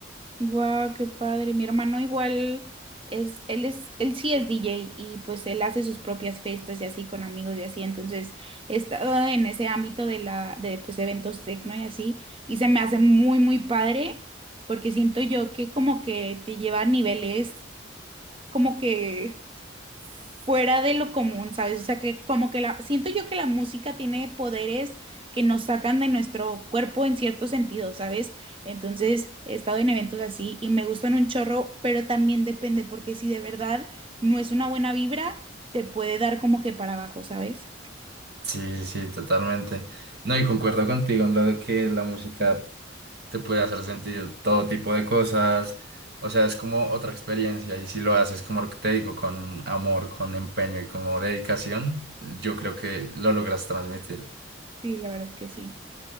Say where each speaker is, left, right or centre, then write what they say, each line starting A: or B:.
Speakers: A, on the right (about 30°); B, on the right (about 55°).
A: Guau, qué padre. Mi hermano igual es, él es, él sí es DJ y pues él hace sus propias fiestas y así con amigos y así. Entonces he estado en ese ámbito de la, de pues eventos tecno y así. Y se me hace muy, muy padre porque siento yo que como que te lleva a niveles como que fuera de lo común, ¿sabes? O sea, que como que la, siento yo que la música tiene poderes que nos sacan de nuestro cuerpo en cierto sentido, ¿sabes? Entonces, he estado en eventos así y me gustan un chorro, pero también depende, porque si de verdad no es una buena vibra, te puede dar como que para abajo, ¿sabes?
B: Sí, sí, totalmente. No, y concuerdo contigo en lo de que la música te puede hacer sentir todo tipo de cosas. O sea, es como otra experiencia y si lo haces como lo que te digo, con amor, con empeño y como dedicación, yo creo que lo logras transmitir.
A: Sí, la verdad que sí.